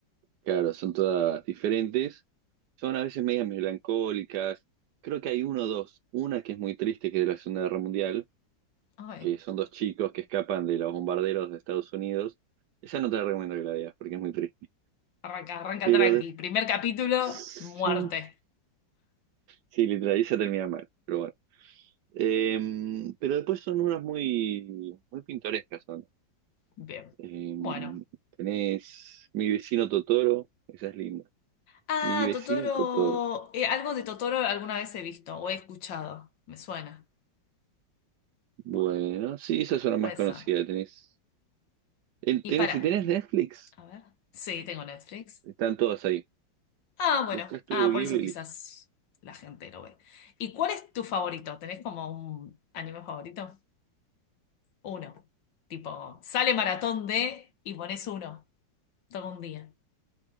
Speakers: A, on the right (about 70°); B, on the left (about 75°).
A: Claro, son todas diferentes. Son a veces medias melancólicas. Creo que hay uno o dos. Una que es muy triste, que es de la Segunda Guerra Mundial,
B: Ay,
A: que son dos chicos que escapan de los bombarderos de Estados Unidos. Esa no te la recomiendo que la veas, porque es muy triste.
B: arranca, arranca
A: Pero
B: tranqui.
A: de-
B: Primer capítulo,
A: sí,
B: muerte.
A: sí, literal, esa termina mal, pero bueno. Em, pero después son unas muy, muy pintorescas son.
B: Bien.
A: Em,
B: Bueno.
A: tenés Mi vecino Totoro, esa es linda.
B: Ah,
A: Mi vecino
B: Totoro.
A: Totoro.
B: eh, algo de Totoro alguna vez he visto o he escuchado. Me suena.
A: Bueno,
B: Bueno,
A: sí, esas es una más
B: puede
A: conocida
B: ser.
A: Tenés, el,
B: Y
A: tenés,
B: para.
A: si tenés Netflix,
B: A ver. Sí, tengo Netflix.
A: están todas ahí.
B: Ah, bueno.
A: Busca Estudio
B: Ah,
A: Ghibli
B: por eso quizás
A: y listo.
B: la gente lo ve. ¿Y cuál es tu favorito? ¿Tenés como un anime favorito? Uno. Tipo, sale maratón de y pones uno todo un día.